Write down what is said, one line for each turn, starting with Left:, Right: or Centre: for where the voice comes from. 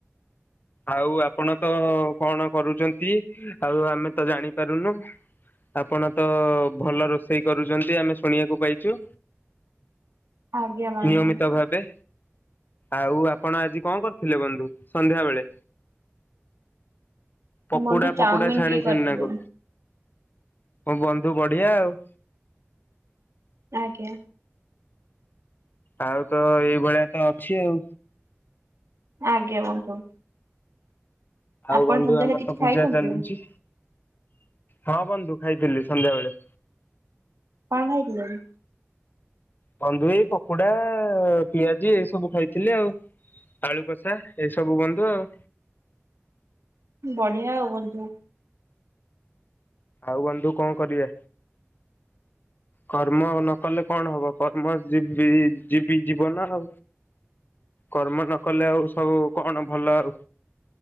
Left: ଆଉ ଆପଣ ତ କଣ କରୁଛନ୍ତି। ଆଉ ଆମେ ତ ଜାଣିପାରୁନୁ। ଆପଣ ତ ଭଲ ରୋଷେଇ କରୁଛନ୍ତି ଆମେ ଶୁଣିବାକୁ ପାଇଛୁ।
Right: ଆଜ୍ଞା ବନ୍ଧୁ
Left: ନିୟମିତ ଭାବେ। ଆଉ ଆପଣ ଆଜି କଣ କରିଥିଲେ ବନ୍ଧୁ ସନ୍ଧ୍ୟା ବେଳେ? ପକୁଡା
Right: ବନ୍ଧୁ ଚାଉମିିନ
Left: ଫକୁଡା ଛାଣିଛନ୍ତିନା
Right: ଟିକେ କରିଥିଲୁ।
Left: କ ମୋ ବନ୍ଧୁ ବଢ଼ିଆ ଆଉ।
Right: ଆଜ୍ଞା।
Left: ଆଉ ତ ଏଇ ଭଳିଆ ତ ଅଛି ଆଉ।
Right: ଆଜ୍ଞା ବନ୍ଧୁ।
Left: ଆଉ
Right: ଆପଣ
Left: ବନ୍ଧୁ
Right: ସନ୍ଧ୍ୟାବେଳେ
Left: ଆମର
Right: କିଛି
Left: ତ ପୂଜା
Right: ଖାଇଛନ୍ତି?
Left: ଚାଲୁଚି। ହଁ ବନ୍ଧୁ ଖାଇଥିଲି ସନ୍ଧ୍ୟାବେଳେ।
Right: କଣ ଖାଇଥିଲ କି?
Left: ବନ୍ଧୁ ଏଇ ପକୋଡା ପିଆଜି ଏଇ ସବୁ ଖାଇଥିଲି ଆଉ ଆଳୁ କଷା ଏଇ ସବୁ ବନ୍ଧୁ ଆଉ।
Right: ବଢ଼ିଆ ଆଉ ବନ୍ଧୁ।
Left: ଆଉ ବନ୍ଧୁ କଣ କରିବା କର୍ମ ନକଲେ କଣ ହବ କର୍ମ ଯିବି ଯିବି ଜୀବନ ଆଉ କର୍ମ ନ କଲେ ଆଉ ସବୁ କଣ ଭଲ ଆଉ।